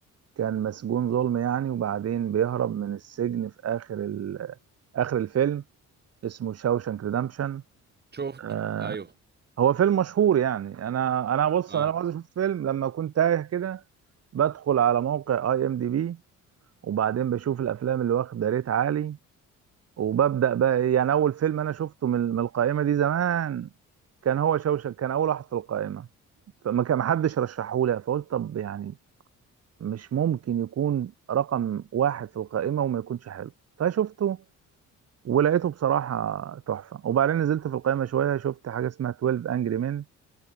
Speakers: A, on the right; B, on the right.
A: كان مسجون ظلم يعني وبعدين بيهرب من السجن في اخر ال... اخر الفيلم اسمه شاوشانك ريدمشن
B: شفته
A: آه،
B: ايوه
A: هو فيلم مشهور يعني انا انا بص
B: اه
A: انا لما عاوز اشوف فيلم لما اكون تايه كده بدخل على موقع اي ام دي بي وبعدين بشوف الافلام اللي واخده ريت عالي وببدأ بقى إيه، يعني أول فيلم أنا شفته من من القائمة دي زمان كان هو شوشك كان أول واحد في القائمة فما كان محدش رشحهولي فقلت طب يعني مش ممكن يكون رقم واحد في القائمة وما يكونش حلو فشفته ولقيته بصراحة تحفة وبعدين نزلت في القائمة شوية شفت حاجة اسمها 12 Angry Men